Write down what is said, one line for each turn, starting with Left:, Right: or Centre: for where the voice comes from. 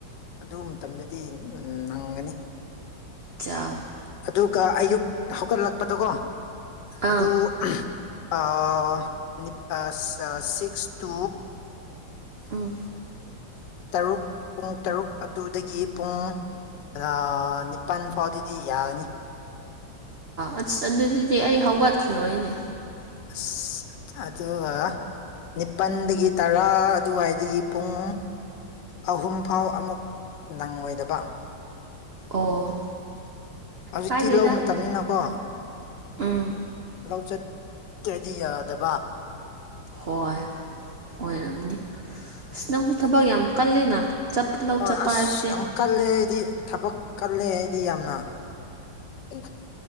Left: ꯑꯗꯨ ꯃꯇꯝꯗꯗꯤ ꯅꯪꯒꯅꯤ
Right: ꯆꯥꯎ
Left: ꯑꯗꯨꯒ ꯑꯌꯨꯛ ꯍꯧꯒꯠꯂꯛꯄꯗꯀꯣ ꯑꯗꯨ
Right: ꯑꯥ
Left: ꯑꯄꯥ ꯁꯤꯛꯁ ꯇꯨ
Right: ꯎꯝ
Left: ꯇꯔꯨꯛ ꯄꯨꯡ ꯇꯔꯨꯛ ꯑꯗꯨꯗꯒꯤ ꯄꯨꯡ ꯑꯗ ꯅꯤꯄꯥꯜ ꯐꯥꯎꯗꯤꯗꯤ ꯌꯥꯒꯅꯤ
Right: ꯑꯆꯥ ꯑ ꯑꯗꯨꯗꯤ ꯑꯩ ꯍꯧꯒꯠꯈꯤꯔꯣꯏꯅꯦ
Left: ꯑꯁ ꯑꯗ ꯅꯤꯡꯅꯤꯄꯟꯒꯤ ꯇꯔꯥ ꯑꯗꯨꯋꯥꯏꯗꯒꯤ ꯄꯨꯡ ꯑꯍꯨꯝꯐꯥꯎ ꯑꯃꯨꯛ ꯅꯪꯉꯣꯏꯗꯕ
Right: ꯑꯣ
Left: ꯍꯧꯖꯤꯛꯇꯤ
Right: ꯀꯥꯏꯗꯦꯗ
Left: ꯂ ꯃꯇꯝꯅꯤꯅꯀꯣ
Right: ꯎꯝ
Left: ꯂꯧ ꯆꯠ ꯇꯗꯤ ꯌꯥꯗꯕ
Right: ꯍꯣꯏ ꯑꯣꯏꯔꯝꯅꯤ ꯅꯪꯁꯨ ꯊꯕꯛ ꯌꯥꯝ ꯀꯜꯂꯤꯅ ꯆꯞ ꯂꯧ
Left: ꯍꯣꯏ
Right: ꯆꯠꯄ
Left: ꯑꯁ
Right: ꯍꯥꯏꯕꯁꯦ
Left: ꯌꯥꯝ ꯀꯜꯂꯦ ꯑꯩꯗꯤ ꯊꯕꯛ ꯀꯜꯂꯦ ꯑꯩꯗꯤ ꯌꯥꯝꯅ ꯏ